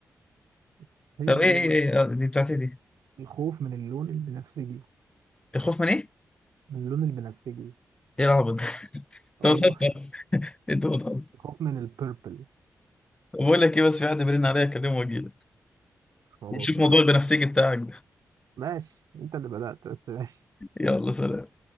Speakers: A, on the right (about 85°); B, on the left (about 15°).
A: مستحيل
B: طب
A: تجيبها
B: ايه ايه ايه آه، دي بتاعت ايه دي
A: الخوف من اللون البنفسجي
B: الخوف من ايه
A: من اللون البنفسجي
B: ايه العبط ده؟ <laughs>
A: اه والله
B: انت بتهزر انت بتهزر
A: الخوف من البيربل
B: طب بقول لك ايه بس في حد بيرن عليا اكلمه واجيلك
A: خلاص
B: ونشوف
A: ماشي
B: موضوع البنفسجي بتاعك ده
A: ماشي انت اللي بدأت بس ماشي
B: يلا سلام